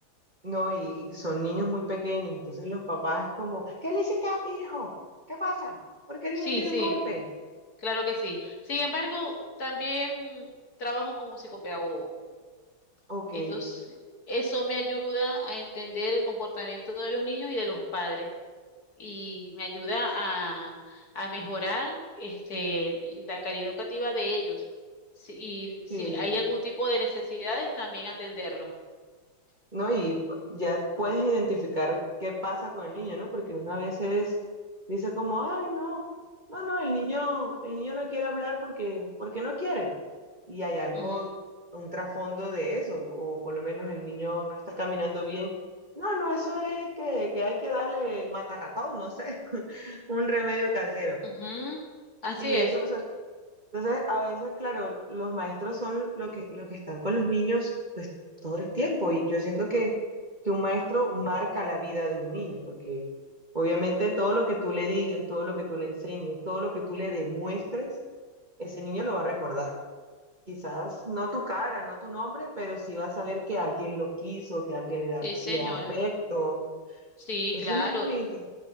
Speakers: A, on the right; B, on the left.
A: No, y, y son niños muy pequeños, entonces los papás es como, ¿qué le hiciste a mi hijo? ¿Qué pasa? ¿Por qué el
B: Sí,
A: niño tiene
B: sí.
A: un golpe?
B: Claro que sí. Sin embargo, también trabajo como psicopedagogo.
A: Ok,
B: Entonces, eso me ayuda a entender el comportamiento de los niños y de los padres y me ayuda a, a mejorar este, la calidad educativa de ellos. Si, y
A: sí.
B: si hay algún tipo de necesidades, también atenderlos.
A: ¿no? Y ya puedes identificar qué pasa con el niño, ¿no? Porque una vez es, dice como, ay, no, no, no, el niño, el niño no quiere hablar porque, porque no quiere. Y hay algo,
B: Ujú,
A: un trasfondo de eso, o por lo menos el niño no está caminando bien. No, no, eso es que, que hay que darle matarratón, no sé, <laughs> un remedio casero.
B: ujú. Así
A: Y eso,
B: es.
A: o sea, entonces, a veces, claro, los maestros son lo que, lo que están con los niños, pues, todo el tiempo. Y yo siento que, que un maestro marca la vida de un niño, porque obviamente todo lo que tú le digas, todo lo que tú le enseñes, todo lo que tú le demuestres, ese niño lo va a recordar. Quizás no tu cara, no tu nombre, pero sí va a saber que alguien lo quiso, que alguien le da,
B: Sí, señora.
A: le da afecto.
B: Sí,
A: Eso
B: claro.
A: es muy bonito,